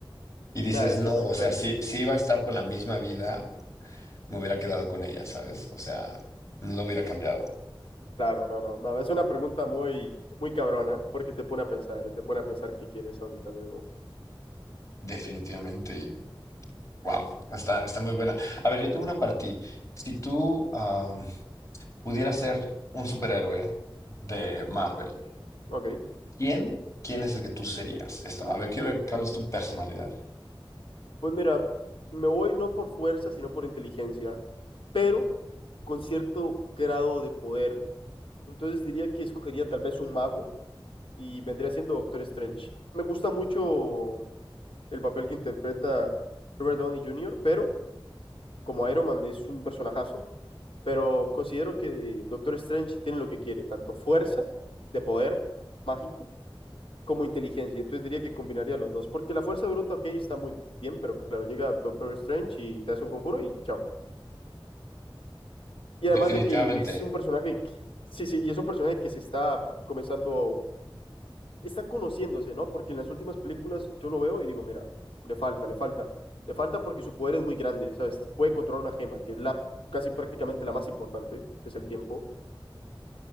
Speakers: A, on the left; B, on the left.
A: Y dices,
B: Nada, es
A: no,
B: súper
A: o
B: extraño.
A: sea, si, si iba a estar con la misma vida, me hubiera quedado con ella, ¿sabes? O sea, no lo hubiera cambiado.
B: Claro, no, no, no. Es una pregunta muy, muy cabrona, porque te pone a pensar, te pone a pensar qué quieres ahorita mismo.
A: Definitivamente, y wow, está, está muy buena. A ver, yo tengo una para ti. Si tú am, pudieras ser un superhéroe de Marvel,
B: Ok.
A: ¿quién, quién es el que tú serías? Esto, a ver, quiero ver cuál es tu personalidad.
B: Pues mira, me voy no por fuerza, sino por inteligencia, pero con cierto grado de poder. Entonces diría que escogería tal vez un mago y vendría siendo Doctor Strange. Me gusta mucho el papel que interpreta Robert Downey Jr., pero como Iron Man es un personajazo, pero considero que Doctor Strange tiene lo que quiere, tanto fuerza de poder mágico como inteligencia. Entonces diría que combinaría los dos, porque la fuerza bruta, ok, está muy bien, pero claro, llega Doctor Strange y te hace un conjuro y chao. Y además
A: Definitivamente.
B: de que es un personaje, que- sí, sí, y es un personaje que se está comenzando, está conociéndose, ¿no? Porque en las últimas películas yo lo veo y digo, mira, le falta, le falta. Le falta porque su poder es muy grande, ¿sabes? Puede controlar una gema, que es la casi prácticamente la más importante, que es el tiempo.